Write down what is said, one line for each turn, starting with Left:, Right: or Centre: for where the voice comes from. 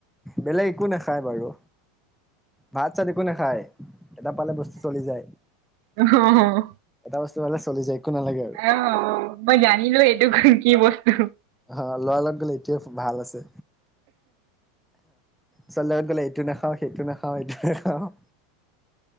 Centre: বেলেগ একো নাখায় বাৰু, ভাত চাত একো নাখায়। এটা পালে বস্তু চলি যায়।
Right: অহঁ অঁ।
Centre: এটা বস্তু পালে চলি যায় একো নালাগে আৰু
Right: অঁ, মই জানিলোঁ এইটো কি বস্তু।
Centre: অঁ, ল'ৰা লগত গ'লে এইটোৱে ভাল আছে। ছোৱালী লগত গ'লে এইটো নাখাওঁ, সেইটো নাখাওঁ এইটো নেখাওঁ।